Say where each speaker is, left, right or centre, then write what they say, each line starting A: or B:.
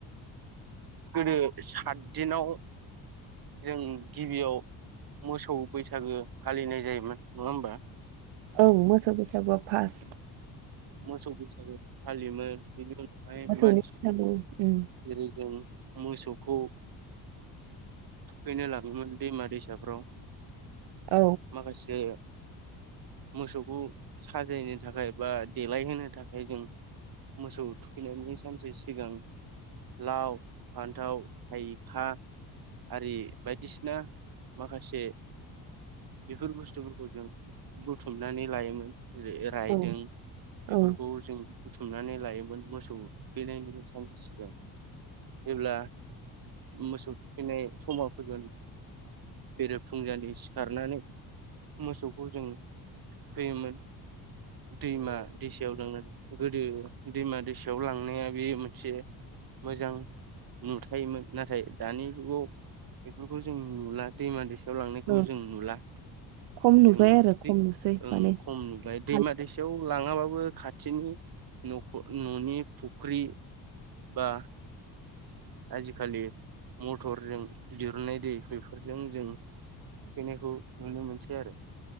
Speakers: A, on the right (about 55°); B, on the right (about 80°).
A: गोदो सात दिनाव जों गिबियाव मोसौ बैसागो फालिनाय जायोमोन नङा होनबा?
B: औ मोसौ बैसागुआ फास।
A: मोसौ बैसागु फालियोमोन बेनि उनावहाय
B: मोसौनि
A: मानसि
B: बैसागु उम
A: जेरै जों मोसौखौ थुखैनो लाङोमोन दैमा दैसाफ्राव
B: औ
A: माखासे मोसौखौ साजायनो थाखाय बा देलायहोनो थाखाय जों मोसौ थुखैनानैनायनि सानसे सिगां लाव, फान्थाव, थाइखाआरि बायदिसिना माखासे बेफोर बुस्थुफोरखौ जों बुथुमनानै लायोमोन। रे-राइदोंं।
B: औ औ
A: बेफोरखौ जों बुथुमनानै लायोमोन मोसौ थुखैनायनि सानसे सिगां जेब्ला मोसौ थुखैनाय समाव फैगोन बेरे फुंजानि सिखारनानै मोसौखौ जों थुखैयोमोन दैमा दैसायाव लांनानै गोदो दैमा दैसायाव लांनाया बे मोनसे मोजां नुथायोमोन नाथाय दानि जुगाव बेफोरखौ जों नुला दैमा दैसायाव लांनायखौ
B: औ
A: जों नुला
B: खम नुबाय
A: जों
B: आरो खम नुसै
A: ओं
B: माने
A: खम नुबाय दैमा
B: हाल
A: दैसा लां बो खाथिनि न'खर न'नि फुख्रि बा। आजि खालि मथरजों दिरुननाय दै बेफोरजों जों थुखैनायखौ नुनो मोनसै। आरो।